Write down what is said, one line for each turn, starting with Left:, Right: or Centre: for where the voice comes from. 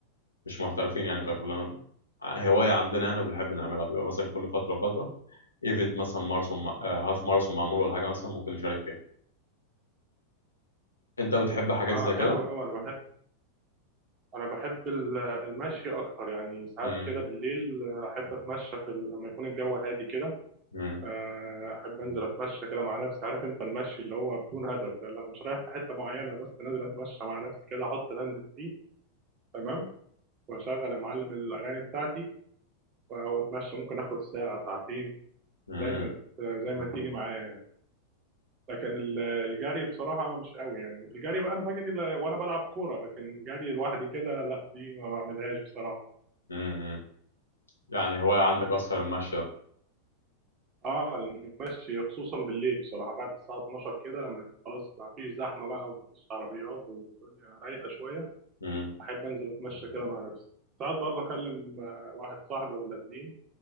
Left: مش محترفين يعني كنا كلنا آه، هواية عندنا يعني وبنحب نعملها بيبقى مثلا كل فترة وفترة ايفنت مثلا ماراثون آه، هاف ماراثون معمول ولا حاجة مثلا ممكن نشارك فيها انت بتحب حاجات
Right: اه
Left: زي كده؟
Right: حلوة قوي انا بحب انا بحب ال- المشي اكتر يعني ساعات
Left: مم،
Right: كده بالليل آه، احب اتمشى في ال... لما يكون الجو هادي كده
Left: مم،
Right: آه، احب انزل اتمشى كده مع نفسي عارف انت المشي اللي هو بدون هدف ده اللي انا مش رايح في حتة معينة بس نازل اتمشى مع نفسي كده احط الهاند فري تمام واشغل يا معلم الاغاني بتاعتي و- واتمشى ممكن اخد ساعة ساعتين
Left: مم،
Right: زي ما زي ما تيجي معايا لكن ال- الجري بصراحة مش قوي يعني الجري بقى أنا بجري ل- وأنا بلعب كورة لكن جري لوحدي كده لا دي ما بعملهاش بصراحة
Left: مم، مم. يعني هواية عندك اصلا المشي ده
Right: اه المشي خصوصا بالليل بصراحة بعد الساعة 12 كده لما يكون خلاص ما فيش زحمة بقى وما فيش عربيات والدنيا رايقة شوية
Left: مم،
Right: أحب أنزل أتمشى كده مع نفسي ساعات برضه أكلم آه، واحد صاحبي ولا اتنين